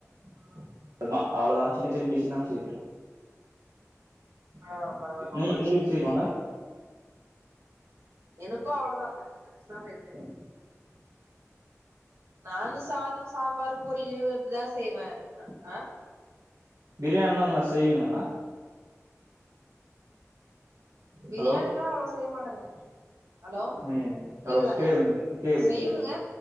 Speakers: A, on the right; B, on the right.
A: ஆ
B: <unintelligible> அவ்ளோதா சின்ன சின்ன டிஷ் தாங்க செய்ய தெறியு
A: ஆ பரவால்லங்க
B: நீ
A: அவ்ளோ டிஷ்ஷஸ்
B: உங்களுக்கு தெரியுமாங்க
A: செய்ய தெருதுங்ளே எனக்கு அவ்வளோதாங்க சின்ன டிஷ்தா செய்ய தெரியு நானு சாதோ சாம்பார் பொரியல் இப்டிதா செய்வே அ ஆ
B: பிரியாணிலா நல்லா செய்வீங்ளாங்க
A: பிரியாணில்லா
B: ஹலோ
A: அவ்ளோ செய்ய மாட்டேங்க ஹலோ
B: ம் ஹலோ
A: கேக்குதாங்க
B: கேக்குதுங்க கேக்குதுங்க
A: செய்வங்க
B: கேக்குது